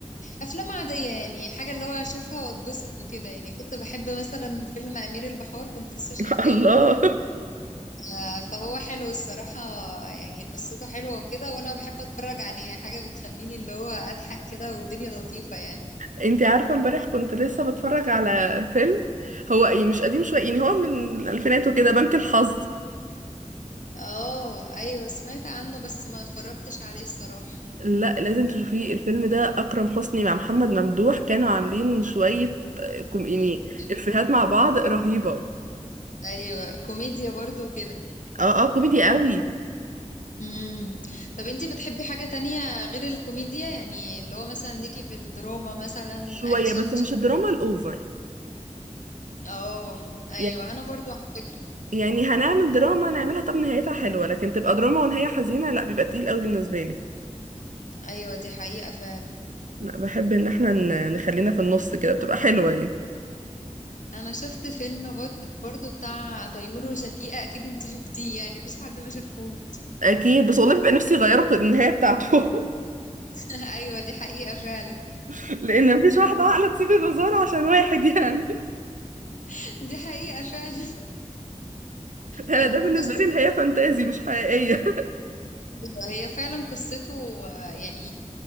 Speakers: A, on the left (about 75°); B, on the right (about 75°).
A: افلام عادية يعني حاجة اللي هو اشوفها واتبسط وكده يعني كنت بحب مثلا فيلم امير البحار كنت لسه شايفاه
B: <laughs> الله
A: آه، فهو حلو الصراحة يعني قصته حلوة وكده وأنا بحب أتفرج عليه حاجة بتخليني اللي هو أضحك كده والدنيا لطيفة يعني
B: انتي عارفة امبارح كنت لسه بتفرج على فيلم هو ايه مش قديم شوية يعني هو من الألفينات وكده بنك الحظ
A: اه أيوة سمعت عنه بس ما اتفرجتش عليه الصراحة
B: لا لازم تشوفيه الفيلم ده أكرم حسني مع محمد ممدوح كانوا عاملين شوية آه، كوم- يعني
A: مم.
B: إفيهات مع بعض رهيبة
A: أيوة كوميديا برضو كده
B: اه اه كوميدي قوي
A: مم. طب انتي بتحبي حاجة تانية غير الكوميديا يعني اللي هو مثلا ليكي في الدراما مثلا
B: شوية
A: أكشن
B: بس مش
A: شفت
B: الدراما الأوفر
A: اه أيوة
B: يعني
A: أنا برضو على فكرة
B: يعني هنعمل دراما نعملها طب نهايتها حلوة لكن تبقى دراما ونهاية حزينة لا بيبقى تقيل قوي بالنسبة لي
A: أيوة دي حقيقة فعلا
B: لا بحب ان احنا ن- نخلينا في النص كده بتبقى حلوة يعني
A: انا شفت فيلم برض- برضو بتاع تيمور وشفيقة اكيد انت شفتيه يعني مفيش حد ما شافهوش
B: اكيد بس والله بيبقى نفسي يغيروا النهايه بتاعته
A: <laughs> ايوه دي حقيقة فعلا
B: <laughs> لان مفيش واحده عاقله تسيب الوزاره عشان واحد يعني
A: <laughs> دي حقيقة فعلا
B: انا
A: آه،
B: ده بالنسبه
A: بس
B: لي نهايه فانتازي مش حقيقيه
A: أيوة، هي فعلا قصته آه، يعني